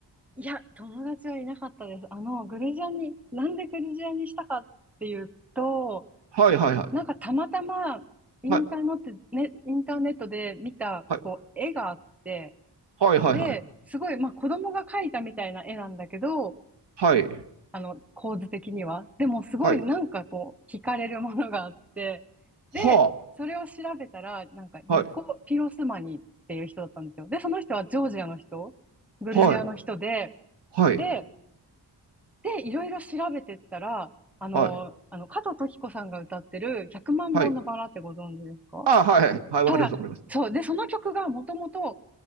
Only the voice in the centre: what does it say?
いや、友達はいなかったです。あの、グルジアに、なんでグルジアにしたかっていうと、
なんかたまたま、インターネット、
ね、インターネットで見た、
こう、絵があって、
で、すごい、まあ、子供が描いたみたいな絵なんだけど、
あの、構図的には。でもすごいなんかこう、
惹かれるものがあって、で、
それを調べたら、なんかニコ・
ピロスマニっていう人だったんですよ。で、その人はジョージアの人、グルジアの人で、
で、で、いろいろ調べてったら、あの、
あの、加藤登紀子さんが歌ってる100万本のバラってご存知ですかは
いはい、
そう。で、その曲がもともと